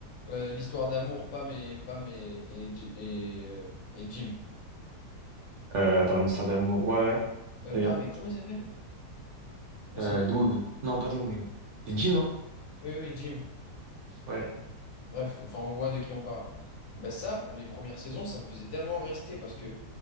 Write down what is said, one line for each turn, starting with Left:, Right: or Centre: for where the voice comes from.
Left: euh, l'histoire d'amour, Pam et, Pam et, et, Ji- et, euh, et Jim.
Right: Euh, attends, une histoire d'amour. Ouais, ouais,
Left: Euh,
Right: très
Left: Pam
Right: bien.
Left: mais comment il s'appelle? Ouais,
Right: Euh,
Left: c'est Jim.
Right: Doug. Non, pas Doug. C'est Jim, hein?
Left: Oui, oui, Jim.
Right: Ouais.
Left: Bref, enfin on voit de qui on parle. Bah ça, les premières saisons, ça me faisait tellement rester parce que